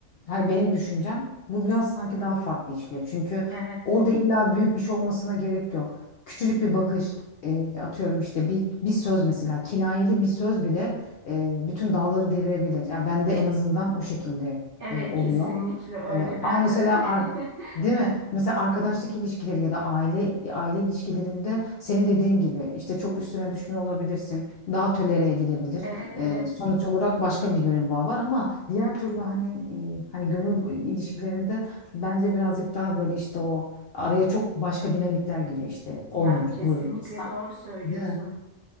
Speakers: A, on the left; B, on the right.
A: hani benim düşüncem bu biraz sanki daha farklı işliyor. Çünkü
B: evet,
A: orada illa büyük bir şey olmasına gerek yok. Küçücük bir bakış e, atıyorum işte bir, bir söz mesela kinayeli bir söz bile e, bütün dağları devirebilir. Yani ben de en azından o şekilde
B: evet
A: e, oluyor.
B: kesinlikle öyle.
A: E,
B: Ben
A: ama mesela
B: de öyle.
A: ark
B: <laughs>
A: değil mi? Mesela arkadaşlık ilişkileri ya da aile aile ilişkilerinde senin dediğin gibi işte çok üstüne düşmüyor olabilirsin. Daha tolere edilebilir.
B: Evet,
A: E,
B: evet.
A: sonuç olarak başka bir gönül bağı var ama diğer türlü hani e, hani gönül ilişkilerinde bence birazcık daha böyle işte o Araya çok başka dinamikler giriyor işte.
B: Ya
A: Onur,
B: kesinlikle
A: gurur,
B: doğru söylüyorsun.
A: Değil mi?